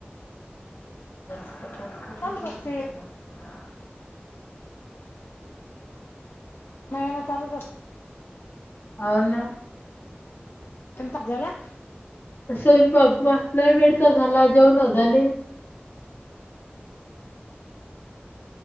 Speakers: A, on the left; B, on the left.
A: <unintelligible>
B: चालत असते नाही ना चालूच
A: हो ना
B: <unintelligible> झाला
A: स्वयंपाक वा लय वेडचा झाला जेवण झाले